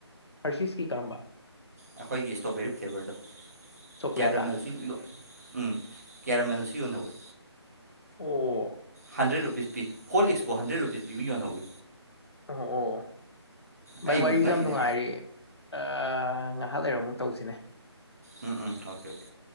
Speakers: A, on the left (about 65°); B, on the right (about 35°).
A: ꯍꯔꯁꯤꯁꯀꯤ ꯀꯔꯝꯕ
B: ꯑꯩꯈꯣꯏꯒꯤ ꯏꯁꯇꯣꯕꯦꯔꯤ ꯐ꯭ꯂꯦꯕꯔꯗꯣ
A: ꯆꯣꯀ꯭ꯂꯦꯠꯇ
B: ꯀꯦꯔꯥꯃꯦꯜꯁꯤ ꯂꯣ__ ꯎꯝ ꯀꯦꯔꯥꯃꯦꯜꯁꯨ ꯌꯣꯟꯍꯧꯋꯤ
A: ꯑꯣ
B: ꯍꯟꯗ꯭ꯔꯦꯗ ꯔꯨꯄꯤꯁ ꯄꯤ ꯍꯣꯂꯤꯛꯁꯄꯣ ꯍꯟꯗ꯭ꯔꯦꯗ ꯔꯨꯄꯤꯁ ꯄꯤꯕ ꯌꯣꯟꯍꯧꯋꯤ
A: ꯑꯣ ꯑꯣ ꯚꯥꯏ
B: ꯑꯩ ꯑꯃꯨꯛ
A: ꯋꯥꯔꯤꯖꯨ
B: ꯉꯛꯏꯅꯦ
A: ꯌꯥꯝ ꯅꯨꯡꯉꯥꯏꯔꯤ ꯑꯥ ꯉꯥꯍꯥꯛ ꯂꯩꯔ ꯃꯨꯛ ꯇꯧꯖꯤꯅꯦ
B: ꯎꯝ ꯎꯝ ꯑꯣꯀꯦ ꯑꯣꯀꯦ